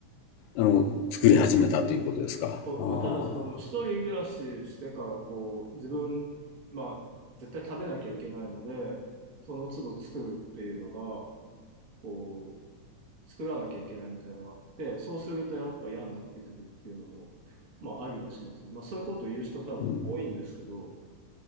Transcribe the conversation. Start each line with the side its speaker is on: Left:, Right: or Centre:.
Left: あの、作り始めたということですか。
Right: そうまあ、
Left: ああ、
Right: ただ、この一人暮らししてからこう、自分、まあ、絶対食べなきゃいけないので、その都度作るっていうのが、こう、作らなきゃいけないみたいなのがあって、そうするとやっぱ嫌になってくるっていうのも、まあ、ありはしますね。まあ、そういうことを言う人多分多いんですけど、
Left: うん。